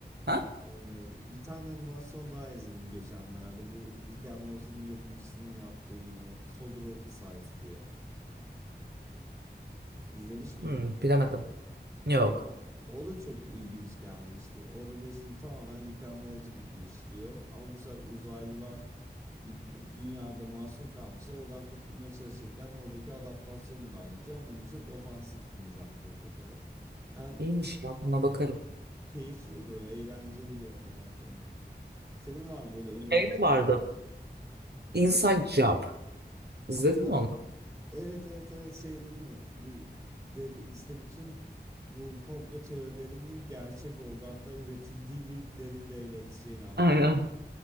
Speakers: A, on the right; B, on the right.
A: Ha?
B: Ee, bir tane animasyon daha izledim geçenlerde. Bu Rick and Morty'nin yapımcısının yaptığı yine Solar Opposites diye. İzlemiş miydin?
A: Hmm, bilemedim. Yok.
B: O, o da çok ilginç gelmişti. Orada da işte tamamen Rick and Morty gibi işliyor. Ama bu sefer uzaylılar bir dünyada mahsur kalmışlar. Oradan kurtulmaya çalışırken oradaki adaptasyonu da anlatıyor ama bunu çok ofansif bir mizahla yapıyor tabii. Yani
A: İyiymiş ya buna bakarım.
B: keyifli böyle eğlenceli bir animasyondu. Senin var mı böyle önerebileceğin
A: Şey de vardı.
B: bir animasyon? Hı.
A: Inside Job. İzledin
B: Aa
A: mi onu?
B: evet evet evet şey değil mi? Bir, der, işte bütün bu komplo teorilerinin gerçek olduğu hatta üretildiği bir derin devlet şeyini anlatıyordu.
A: Aynen.